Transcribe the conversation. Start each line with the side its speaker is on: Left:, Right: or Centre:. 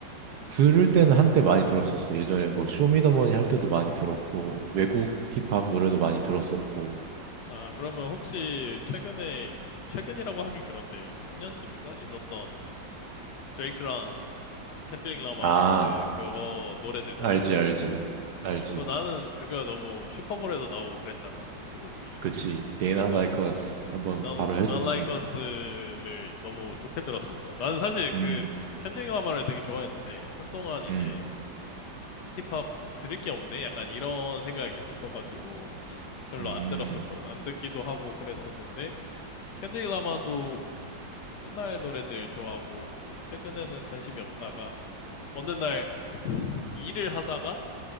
Right: 들을 때는 한때 많이 들었었어. 예전에 뭐, 쇼미더머니 할 때도 많이 들었고, 외국 힙합 노래도 많이 들었었고.
Left: 아, 그러면 혹시 최근에 최근이라고 하긴 그런데 작년쯤인가 있었던 드레이크랑 켄드릭 라마
Right: 아,
Left: 디스 그거 노래들 들어봤어
Right: 알지, 알지,
Left: 혹시?
Right: 알지.
Left: 어, 그거 나는 그거 너무 슈퍼볼에도 나오고 그랬잖아 디스곡이.
Right: 그치. They
Left: 그래서
Right: not like us. 한번
Left: 넌,
Right: 바로 해줬지.
Left: 넌 라이커스를 너무 좋게 들었어서. 나는 사실
Right: 음,
Left: 그 켄드릭 라마를 되게 좋아했는데, 한동안 이제
Right: 음,
Left: 힙합 들을 게 없네? 약간 이런 생각이 있었어가지고, 별로
Right: 음,
Left: 안 들었었거든. 안 듣기도 하고 그랬었는데, 켄드릭 라마도 옛날 노래들 좋아하고, 최근에는 관심이 없다가, 어느 날 일을 하다가,